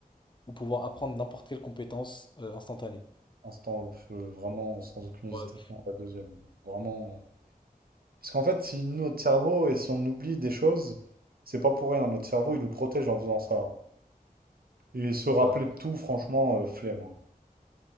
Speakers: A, on the left (about 30°); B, on the right (about 75°).
A: ou pouvoir apprendre n'importe quelle compétence euh, instantanée?
B: Instant, pff, vraiment sans aucune hésitation,
A: Ouais,
B: la deuxième. Vraiment. euh, Parce qu'en fait, si notre cerveau et si on oublie des choses, c'est pas pour rien. Notre cerveau, il nous protège en faisant ça. Et se rappeler
A: c'est vrai.
B: de tout, franchement, euh, flemme. hein.